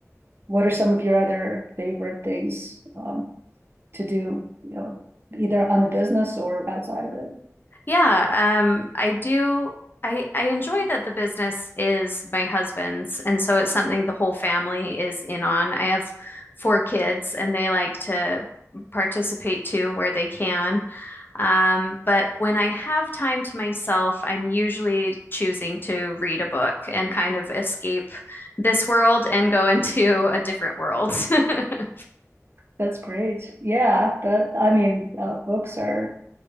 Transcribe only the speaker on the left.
Yeah, um, I do. I I enjoy that the business is my husband's, and so it's something the whole family is in on. I have four kids, and they like to participate too where they can. Um, but when I have time to myself, I'm usually choosing to read a book and kind of escape this world and go <laughs> into a different world. <laughs>